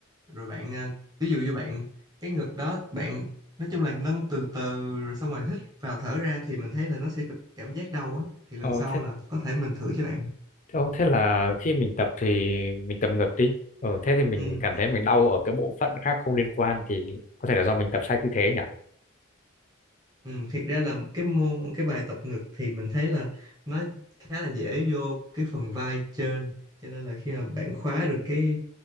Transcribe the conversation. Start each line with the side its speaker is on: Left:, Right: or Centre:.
Right: rồi bạn ờ, ví dụ như bạn cái ngực đó bạn nói chung là nâng từ từ rồi xong rồi hít vào thở ra thì mình thấy là nó sẽ có cảm giác đau á thì lần
Left: ờ,
Right: sau
Left: thế
Right: là có thể mình thử cho bạn
Left: ờ, thế là khi mình tập thì mình tập ngược đi ờ, thế thì mình
Right: ừ,
Left: cảm thấy mình đau ở cái bộ phận khác không liên quan thì có thể là do mình tập sai tư thế nhỉ
Right: ừ thiệt ra là cái môn cái bài tập ngực thì mình thấy là nó khá là dễ vô cái phần vai trên cho nên là khi mà bạn khóa được cái